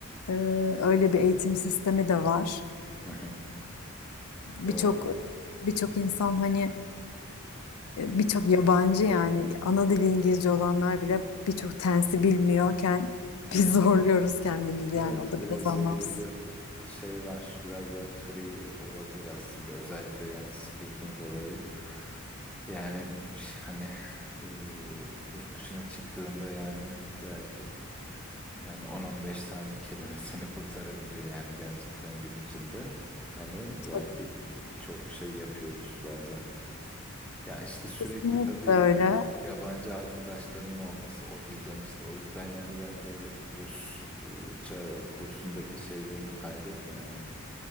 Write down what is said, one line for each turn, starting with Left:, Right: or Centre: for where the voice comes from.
Left: e, öyle bir eğitim sistemi de var.
Centre: Hı hı. Doğru.
Left: Birçok birçok insan hani e, birçok yabancı yani ana dili İngilizce olanlar bile birçok tensi bilmiyorken <laughs>
Centre: Hı
Left: biz
Centre: hı.
Left: zorluyoruz kendimizi
Centre: Evet,
Left: yani o da
Centre: biraz
Left: biraz anlamsız.
Centre: öyle bir şey var. Biraz daha free olabilir aslında. Özellikle yani speaking olayı. Yani hani e, yurt dışına çıktığında yani belki yani 10-15 tane kelimesini <laughs> kurtarabiliyor yani gerçekten gün içinde. Hani belki
Left: Tabii.
Centre: e, çok şey yapıyoruz bazen. Ya işte sürekli
Left: Kesinlikle
Centre: tabii
Left: öyle.
Centre: yabancı arkadaşlarının olması o dilden işte. O yüzden yani bence o Rusça kursundaki şeylerini kaybetme yani